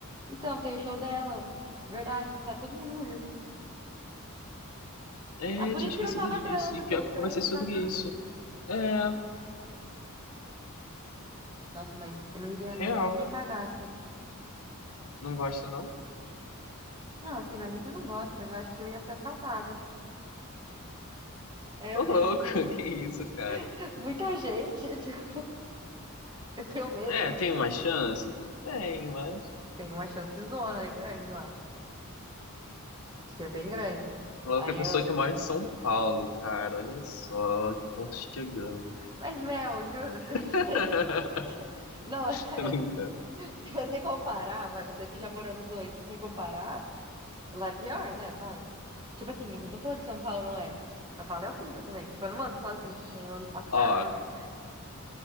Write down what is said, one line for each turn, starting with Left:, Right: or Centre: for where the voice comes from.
Right: Então, tem o show dela. Verdade, tá todo mundo no Rio.
Left: É,
Right: Ah, por
Left: tinha
Right: isso
Left: esquecido
Right: que não tava
Left: disso.
Right: trânsito.
Left: E pior
Right: O
Left: que
Right: trânsito
Left: eu conversei sobre
Right: tá tudo.
Left: isso. É,
Right: Nossa, mas eu não iria mais
Left: real,
Right: nem que me
Left: né?
Right: pagassem.
Left: Não gosta, não?
Right: Não, assim, não é nem que eu não gosto, mas eu acho que eu ia ser assaltada. Aí eu...
Left: Ô, louco, <laughs> que isso, cara?
Right: <laughs> Muita gente, <laughs> tipo, eu tenho medo.
Left: É, tem uma chance? Tem, mas.
Right: Tem uma chance zona aí grande, eu acho. Acho que é bem grande.
Left: Louco
Right: Aí
Left: é a pessoa
Right: eu não-
Left: que mora em São Paulo, cara. Olha só que ponto chegamos.
Right: Mas, Mel, juro. <laughs>
Left: <laughs>
Right: Não, é sério.
Left: Tô brincando.
Right: Se você comparar, vai, você que já morou nos dois, se você comparar, lá é pior, né? Vai. Tipo assim, não tô falando que São Paulo não é. São Paulo é horrível também. Tipo, eu não ando sozinha, não ando, faço nada
Left: Ó,
Right: sozinha.